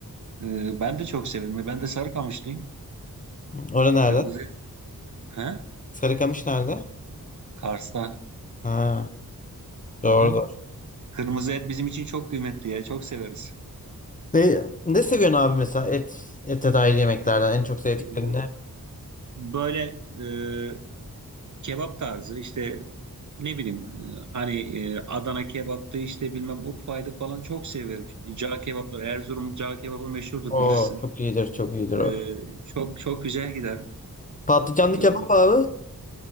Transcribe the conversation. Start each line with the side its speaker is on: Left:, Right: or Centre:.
Right: E, ben de çok severim. Ben de Sarıkamışlıyım.
Left: Orada nerede?
Right: Kırmızı et. He?
Left: Sarıkamış nerede?
Right: Kars'ta.
Left: Ha, doğru
Right: Hı hı.
Left: doğru.
Right: Kırmızı et bizim için çok kıymetli ya. Çok severiz.
Left: Ne, ne seviyorsun abi mesela et ete dair yemeklerden en çok sevdiklerin
Right: Ee,
Left: ne?
Right: Böyle e, kebap tarzı işte ne bileyim e, hani e, Adana kebaptı işte bilmem Urfa'ydı falan çok severim. Cağ kebapları Erzurum cağ kebabı meşhurdur
Left: Oo
Right: bilirsin.
Left: çok iyidir çok iyidir
Right: Ee,
Left: o.
Right: çok çok güzel gider.
Left: Patlıcanlı
Right: Ee,
Left: kebap abi.